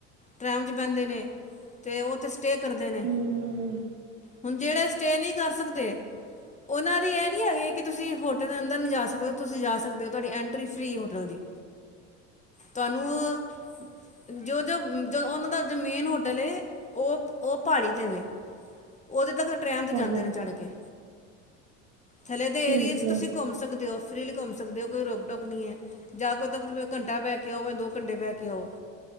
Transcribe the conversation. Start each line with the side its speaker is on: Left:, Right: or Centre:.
Left: ਟਰੈਮ ' ਬਹਿੰਦੇ ਨੇ ਤੇ ਉਹ ਉੱਥੇ <unintelligible> ਕਰਦੇ ਨੇ
Right: ਹੂੰ,
Left: ਹੁਣ ਜਿਹੜੇ ਸਟੇਅ ਨਹੀਂ ਕਰ ਸਕਦੇ ਉਹਨਾਂ ਦੀ ਇਹ ਨਹੀਂ ਹੈਗੀ ਕਿ ਤੁਸੀਂ ਹੋਟਲ ਦੇ ਅੰਦਰ ਨਹੀਂ ਜਾ ਸਕ ਤੁਸੀਂ ਜਾ ਸਕਦੇ ਹੋ ਤੁਹਾਡੀ ਐਂਟਰੀ ਫੀ ਹੋਟਲ ਦੀ ਤੁਹਾਨੂੰ ਜੋ ਜੋ ਉਹਨਾਂ ਦਾ ਜੋ ਮੇਨ ਹੋਟਲ ਉਹ ਉਹ ਪਹਾੜੀ ਤੇ ਵ ਉਹਦੇ ਤੱਕ ਟ੍ਰੈਨ ਤੇ
Right: ਚਲੋ
Left: ਜਾਂਦੇ ਨੇ ਚੜ੍ਹ ਕੇ ਥੱਲੇ ਦੇ
Right: ਠੀਕ
Left: ਏਰੀਏ ਚ ਤੁਸੀਂ
Right: ਆ।
Left: ਘੁੰਮ ਸਕਦੇ ਹੋ ਫ੍ਰਰੀ ਲਈ ਘੁੰਮ ਸਕਦੇ ਹੋ ਕੋਈ ਰੋਕ ਟੋਕ ਨਹੀਂ ਹੈ ਜਾਂ ਕੋਈ ਤਾਂ ਘੰਟਾ ਬਹਿ ਕੇ ਆਓ ਜਾਂ ਦੋ ਘੰਟੇ ਬਹਿ ਕੇ ਆਓ